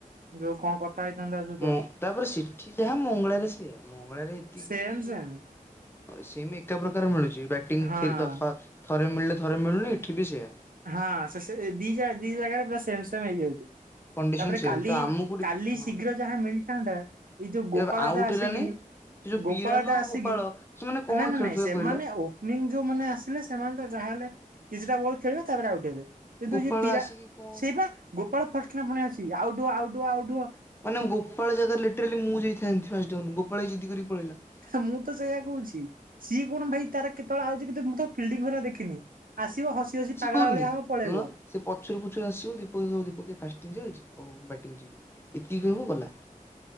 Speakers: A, on the right; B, on the left.
A: ଯୋଉ କଣ କଥା ହେଇଥାନ୍ତା ସବ୍
B: ଉଁ ତାପରେ ସେଠି ଯାହା ମଙ୍ଗଳାରେ ସେଇୟା ମଙ୍ଗଳାରେ ଏତିକି।
A: ସେମ୍ ସେମ୍
B: ସେମ୍ ଏକା ପ୍ରକାର ମିଳୁଛି ବ୍ୟାଟିଂ
A: ହଁ
B: ଥିଲଦଫା। ଥରେ ମିଳିଲେ ଥରେ ମିଳୁନି। ଏଠି ବି ସେଇଆ।
A: ହଁ ସେ ସେ ଦିଜାଗ୍ ଦି ଜାଗାରେ ତ ସୋମ୍ ସୋମ୍ ହେଇଯାଉଛି।
B: କଣ୍ଡିସନ
A: ତାପରେ
B: ସେମ୍
A: କାଲି
B: ତ ଆମକୁ
A: କାଲି
B: ହଁ
A: ଶୀଘ୍ର ଯାହା ମିଳିଥାନ୍ତା ଏଇ ଯୋଉ ଗୋପାଳ
B: ଏ ଆଉଟ୍
A: ଟା ଆସିକି
B: ହେଲାନି ସେ ଯୋଉ
A: ଗୋପାଳ
B: ପିରାନ
A: ଟା ଆସିକି
B: ଗୋପାଳ ସେମାନେ କଣ
A: ନା ନା
B: ଖେଳୁଥିବେ
A: ନାଇଁ ସେମାନେ
B: କହିଲ
A: ଓକ୍। ଫିଲିଙ୍ଗ୍ ଯୋଉମାନ ଆସିଲେ ସେମାନେ ତ ଯାହାହଲେ କିଛିଟା ବଲ ଖେଳିବେ ତାପରେ ଆଉଟ୍ ହେବେ। ଏବେ
B: ଗୋପାଳ
A: ଯିଏ ପିରା
B: ଆସିକି କଣ
A: ସେଇ ପା ଗୋପାଳ ଫଟ ପୁଣି ଆସିକି ଆଉଟୁ ଆଉଟୁ ଆଉଟୁ।
B: ମାନେ ଗୋପାଳ ଜାଗାରେ ଲିଟେରୀଲି ମୁଁ ଯାଇଥାନ୍ତି ଫାଷ୍ଟା୍। ଗୋପାଳ ଭାଇ ଯିଦି କରି ପଳେଇଲା।
A: ମୁଁ ତ ସେଇୟା
B: ତାକୁ
A: କହୁଛି ସିଏ କଣ ଭାଇ? ତା, ର କେତେବେଳେ ଆଉଛି କେତେ ଫିଲ୍ଡିଂ ଘରେ ଦେଖିନି। ଆସିବ ହସି ହସି ପାଗଳା
B: କୁନି
A: ଭଳିଆ ହବ ପଳେଇବ
B: <unintelligible> ସେ ପଛୁରୁ ପଛୁରୁ ଆସିବ, ଦୀପକ, ଦୀପକ ଫାଟିଙ୍ଗ୍ ଚାଲିଛି, ଓହୋ, ବ୍ୟାଟିଂ ଯିବି ଏତିକି କହିବ ଗଲା।